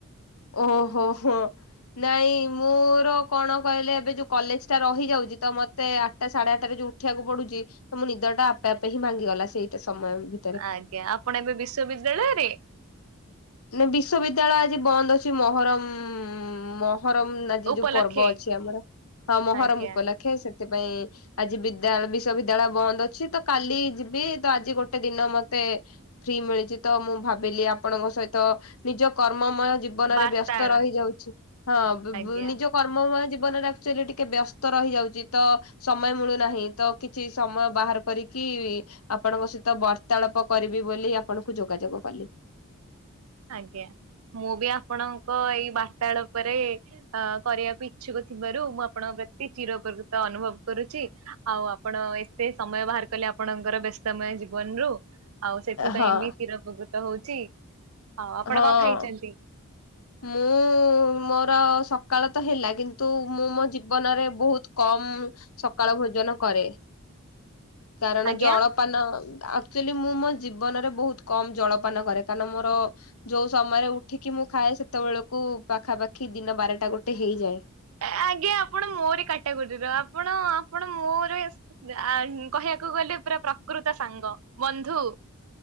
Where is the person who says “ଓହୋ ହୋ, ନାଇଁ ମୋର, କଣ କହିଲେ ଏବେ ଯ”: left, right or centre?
Left